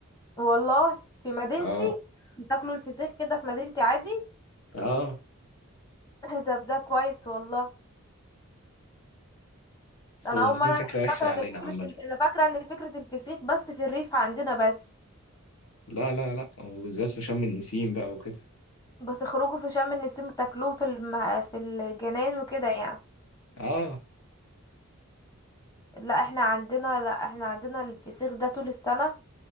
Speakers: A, on the left; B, on the left.
A: والله في مدينتي
B: اه
A: بتاكلوا الفسيخ كده في مدينتي عادي
B: اه
A: <laughs> طب ده كويس والله ده انا
B: هو
A: اول
B: واخدين
A: مرة
B: فكرة
A: أعرف-
B: وحشة
A: فاكرة
B: عننا
A: ان فكرة
B: عامة
A: ال- انا فاكرة ان فكرة الفسيخ بس في الريف عندنا بس
B: لا لا لا وبالذات في شم النسيم بقى وكده
A: بتخرجوا في شم النسيم بتاكلوه في الم... في الجناين وكده يعني
B: اه
A: لا احنا عندنا لا احنا عندنا الفسيخ ده طول السنة